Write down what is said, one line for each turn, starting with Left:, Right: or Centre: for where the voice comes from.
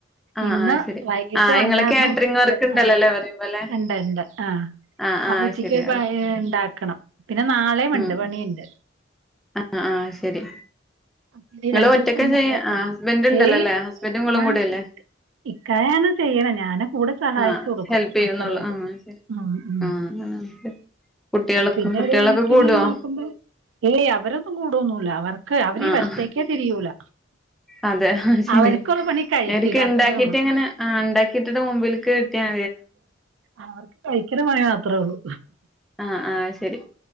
Centre: ആഹ്
Right: ഇന്ന്
Centre: ആഹ് ശരി
Right: വൈകിട്ട്
Centre: ആഹ്
Right: വന്നായിരുന്നു
Centre: ഇങ്ങള് കാറ്ററിംഗ്
Right: ഉച്ചക്ക്
Centre: വർക്ക് ഉണ്ടല്ലോല്ലേ
Right: ആ
Centre: പറയുമ്പോലെ
Right: ഇണ്ട് ഇണ്ട് ആഹ്
Centre: ആഹ്
Right: അപ്പുച്ചിക്ക്
Centre: ആഹ് ശരി
Right: ഒരു വകേണ്ടാക്കണം പിന്നെ നാളെയ്ണ്ട്
Centre: ഉം
Right: പണിയുണ്ട്
Centre: ആഹ് ആഹ് ശരി
Right: അപ്പിനി
Centre: ഇങ്ങള്
Right: രണ്ടുസം
Centre: ഒറ്റക്ക് ചെയ്യ
Right: നല്ല തെരക്ക്
Centre: ആഹ് ഹസ്ബൻഡ് ഉണ്ടല്ലോല്ലേ
Right: ഏഹ്
Centre: ഹസ്ബൻഡും ഇങ്ങളും
Right: ആ
Centre: കൂടിയല്ലേ
Right: ഇക്കായാണ് ചെയ്യണെ ഞാന് കൂടെ സഹായിച്ചു
Centre: ആഹ്
Right: കൊടുക്കും
Centre: ഹെൽപ് ചെയ്യുന്നുള്ളൂ
Right: അത്രേയുള്ളൂ
Centre: ആഹ് ശരി
Right: ഉം ഉം
Centre: ആഹ് അങ്ങനാവുമ്പം കുട്ടികൾക്കും
Right: പിന്നെ
Centre: കുട്ടികളൊക്കെ
Right: ഒരു കണക്കിന്
Centre: കൂടുവോ
Right: നോക്കുമ്പോ ഏയ് അവരൊന്നും കൂടോന്നു ല അവർക്ക് അവരീ
Centre: ആഹ്
Right: വശത്തേക്കേ തിരിയൂല
Centre: അതെ അത്ശെരി
Right: അവർക്കുള്ള പണി കഴിക്കുക
Centre: ഇടക്ക് ഇണ്ടാക്കിട്ടങ്ങനെ
Right: അത്രേ ഉള്ളൂ
Centre: ആ ഇണ്ടാക്കിട്ടിട്ട് മുമ്പില്ക്കിര്ത്തിയാ
Right: അവർക്ക് കഴിക്ക്ണ പണി മാത്രേള്ളൂ
Centre: ആ ആ ശെരി